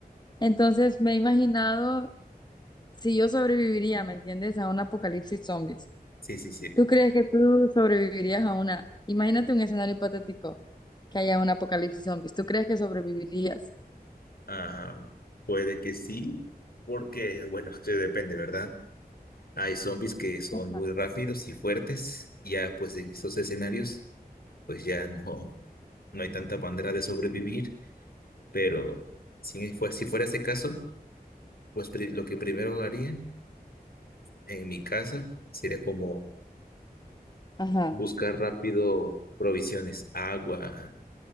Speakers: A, on the left; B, on the left.
A: Entonces me he imaginado si yo sobreviviría, ¿me entiendes? A un apocalipsis zombies.
B: Sí, sí, sí.
A: ¿Tú crees que tú sobrevivirías a una? Imagínate un escenario hipotético, que haya un apocalipsis zombies. ¿Tú crees que sobrevivirías?
B: Ah, puede que sí, porque, bueno, <laughs> eso depende, ¿verdad? Hay zombies que son
A: Ajá.
B: muy rápidos y fuertes, y ya pues en esos escenarios, pues ya no, no hay tanta manera de sobrevivir, pero si, fue, si fuera ese caso, pues pri- lo que primero haría en mi casa sería como
A: Ajá.
B: buscar rápido provisiones, agua,